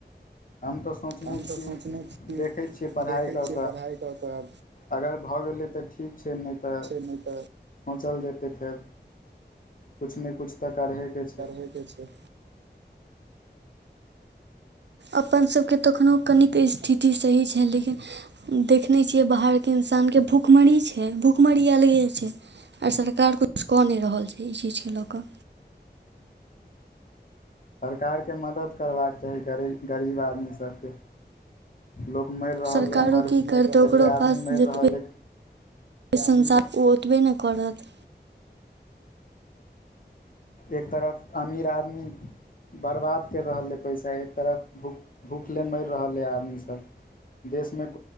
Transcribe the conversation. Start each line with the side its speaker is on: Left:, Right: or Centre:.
Left: हम तऽ सोचने
Right: हम तऽ
Left: छी
Right: सोचने छीिय
Left: देखै छियै पढ़ाइ
Right: देखै
Left: कऽ
Right: छियै। पढ़ाइ कऽ कऽ
Left: अगर भऽ गेलै तऽ ठीक छै। नहि तऽ
Right: नहि तऽ
Left: सोचल जेतै फेर किछु नहि किछु तऽ करहेके छै।
Right: देखे छीये। अपन सभके तखनो कनिक स्थिति सही छै। लेकिन देखने छियै। बाहरके इन्सानके भुखमरी छै। भुखमरी अलगे छै। आर सरकार किछु कऽ नहि रहल छै। ई चीजके लऽ कऽ
Left: सरकार के मदद करबाक चाही ग गरीब आदमी सबके लोक मरि रहलै।
Right: सरकारो
Left: एमहर
Right: की करतै
Left: कते
Right: ओकरो
Left: आदमी
Right: पास
Left: मरि
Right: जतबे
Left: रहलै।
Right: संसार ओ ओतबे नहि करत।
Left: एक तरफ अमीर आदमी बर्बाद करि रहलै। एक तरफ भूखले मैर रहल अय आदमी सब।